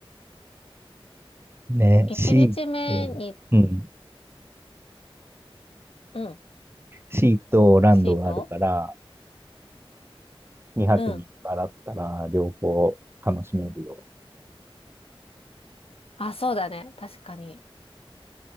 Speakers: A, on the right; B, on the left.
A: ね、
B: 一日目に、
A: シーと、うん。
B: うん。
A: シーとランドがあるから、
B: シート
A: 2泊3日だったら両方楽しめるよ。
B: うん。あ、そうだね。確かに。